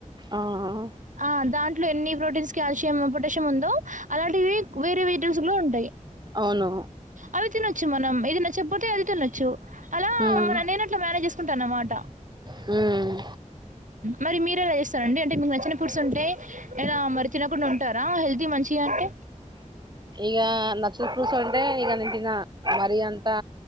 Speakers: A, on the right; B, on the right.
A: ఆ ఆ
B: ఆ దాన్ ట్లో ఎన్ని ప్రోటీన్స్ కాల్షియం పొటాషియం ఉందో అలాంటివి వేరే వెజిటెబుల్స్ లో ఉంటాయ్
A: అవును
B: అవి తినొచ్చు మనం ఇది నచ్చకపోతే అది తినొచ్చు అలా
A: ఉమ్
B: మన నేనెట్లా మ్యానేజ్ కుంటా అన్నమాట
A: హ్మ్
B: మరి మీరెలా చేస్తారండి అంటే మీకు నచ్చిన ఫుడ్స్ ఉంటే ఇగ మరి తినకుండా ఉంటారా హెల్తీ కి మంచిది అంటే
A: ఇగ నచ్చని ఫ్రూట్స్ అంటే ఇగా నేన్ తిన్నా మరి అంతా